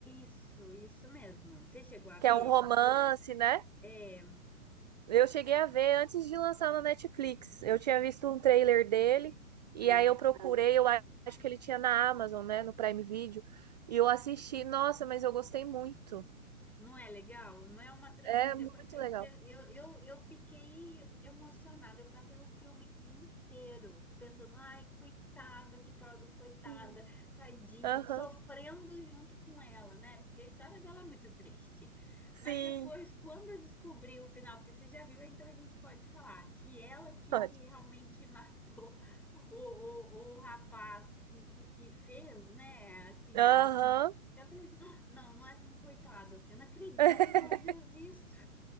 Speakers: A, in the centre; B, on the right.
A: Isso, isso mesmo. Você chegou a ver?
B: Que é um romance, né?
A: É.
B: Eu cheguei a ver antes de lançar na Netflix. Eu tinha visto um trailer dele e
A: ah,
B: aí eu procurei, eu acho que ele tinha na Amazon, né, no Prime Video, e eu assisti. Nossa, mas eu gostei muito.
A: Não é legal? Não é uma trama
B: É
A: que depois.
B: muito legal.
A: Cê- eu, eu, eu fiquei emocionada. Eu passei o filme inteiro pensando, ai, coitada, que pobre coitada,
B: Sim.
A: tadinha,
B: Aham.
A: sofrendo junto com ela, né? Porque a história dela é muito triste.
B: Sim.
A: Mas depois, quando eu descobri o final, porque você já viu, então a gente pode falar que ela que,
B: Pode.
A: que realmente <laughs> matou o, o, o rapaz que, que, que fez, né? Assim.
B: Aham.
A: Eu falei assim, "Ah, não, não é tão coitada assim, eu não acredito
B: <laughs>
A: que ela fez isso.